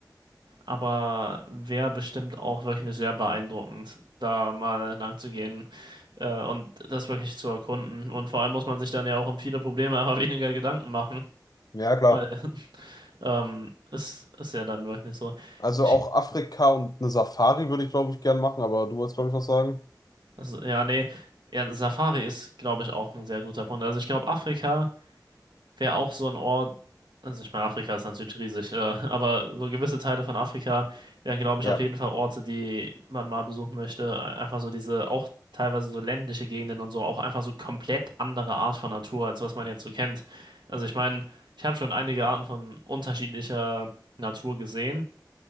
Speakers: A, on the right; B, on the left.
A: Aber wäre bestimmt auch wirklich sehr beeindruckend, da mal lang zu gehen. Äh, und das wirklich zu erkunden. Und vor allem muss man sich dann ja auch um viele Probleme einfach <laughs> weniger Gedanken machen,
B: Ja, klar.
A: weil ähm, es ist ja dann wirklich so.
B: Also
A: Ich,
B: auch Afrika und eine Safari würde ich, glaube ich, gern machen, aber du wolltest, glaube ich, was sagen.
A: also, ja, nee, ja, Safari ist, glaube ich, auch ein sehr guter Punkt. Also ich glaube, Afrika. wäre auch so ein Ort, also ich meine, Afrika ist natürlich riesig, äh, aber so gewisse Teile von Afrika wären, glaube ich,
B: Ja,
A: auf jeden Fall Orte, die man mal besuchen möchte. E- Einfach so diese, auch teilweise so ländliche Gegenden und so, auch einfach so komplett andere Art von Natur, als was man jetzt so kennt. Also ich meine, ich habe schon einige Arten von unterschiedlicher Natur gesehen,